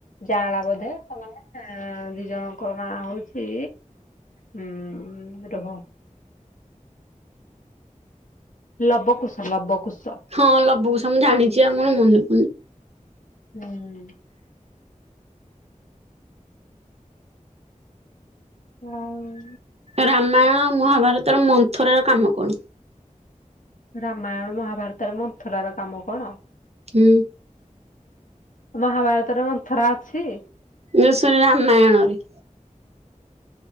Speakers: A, on the left; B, on the right.
A: ଯାଆଁଲା ବୋଧେ ସେମାନେ ଦି ଜଣଙ୍କ ନାଁ ହଉଛି ହୁଁ ରହ ଲବକୁଶ ଲବକୁଶ।
B: ହଁ ଲବୁ କୁଶ ମୁଁ ଜାଣିଛି ଆଉ ମୋର ମନେ ପଡୁନି।
A: ହୁଁ। ହ ଉଁ।
B: ରାମାୟଣ ମହାଭାରତର ମନ୍ଥରା ର କାମ କଣ।
A: ରାମାୟଣ ମହାଭାରତରେ ମନ୍ଥରା ର କାମ କଣ।
B: ହୁଁ।
A: ମହାଭାରତର ରେ ମନ୍ଥରା ଅଛି।
B: ଏ ସରି ରାମାୟଣରେ।